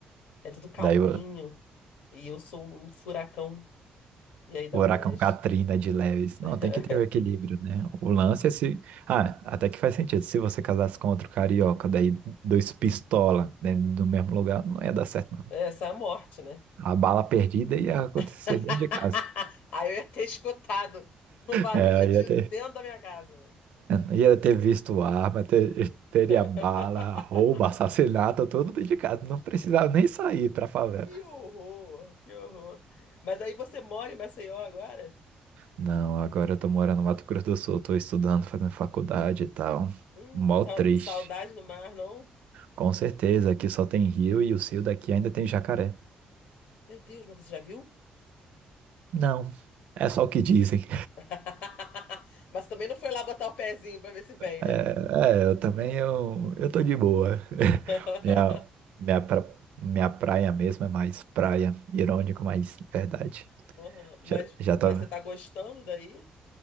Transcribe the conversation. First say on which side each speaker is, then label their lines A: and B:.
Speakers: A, on the left (about 85°); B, on the right (about 70°).
A: É tudo calminho.
B: Daí o,
A: E eu sou um furacão. E aí dá
B: o huracão
A: umas.
B: Katrina de Leves. Não,
A: <laughs>
B: tem que ter o equilíbrio, né? O lance é se. Ah, até que faz sentido. Se você casasse com outro carioca, daí dois pistola dentro do mesmo lugar, não ia dar certo,
A: Essa é a morte, né?
B: A bala perdida ia acontecer
A: <laughs>
B: dentro de casa.
A: Aí eu ia ter escutado o barulho
B: É,
A: de tiro
B: ia ter,
A: dentro da minha casa. né?
B: é, ia ter visto arma, ter- teria
A: <laughs>
B: bala, roubo, assassinato, tudo dentro de casa. Não precisava nem sair pra favela.
A: Que horror, que horror. Mas aí você mora em Maceió agora?
B: Não, agora eu tô morando no Mato Grosso do Sul, tô estudando, fazendo faculdade e tal.
A: Hum,
B: Mó
A: sau-
B: triste.
A: saudade do mar, não?
B: Com certeza, aqui só tem rio e o rio daqui ainda tem jacaré.
A: Meu Deus, mas você já viu?
B: Não, é só o que dizem.
A: <laughs> Mas também não foi lá botar o pezinho pra ver se vem,
B: É,
A: né?
B: é, eu também, eu, eu tô de boa. <laughs>
A: <laughs>
B: Minha, minha, pra- minha praia mesmo é mais praia, irônico, mas é verdade.
A: Uhum. Mas,
B: Já, já tô...
A: mas você tá gostando daí?